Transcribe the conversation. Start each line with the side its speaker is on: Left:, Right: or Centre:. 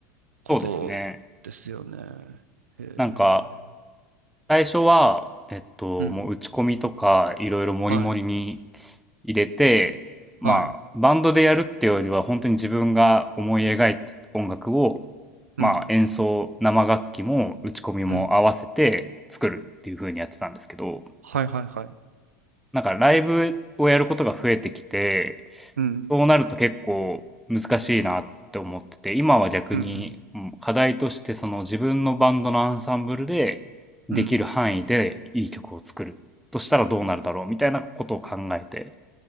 Right: ことですよね。
Centre: そうですね
Right: へえ。
Centre: なんか最初は、えっと、
Right: うん。
Centre: もう打ち込みとかいろいろモりモりに
Right: はい。
Centre: 入れて、まあ、
Right: はい。
Centre: バンドでやるっていうよりは、本当に自分が思い描いた音楽を、
Right: うん。
Centre: まあ、演奏、生楽器も打ち込みも合わせて作るっていう風にやってたんですけど、
Right: うん。はいはいはい。
Centre: なんかライブをやることが増えてきて、
Right: うん。
Centre: そうなると結構難しいなって思ってて、今は逆にうん課題としてその自分のバンドのアンサンブルでできる範囲でいい曲を作るとしたらどうなるだろうみたいなことを考えて
Right: うんうん。うん。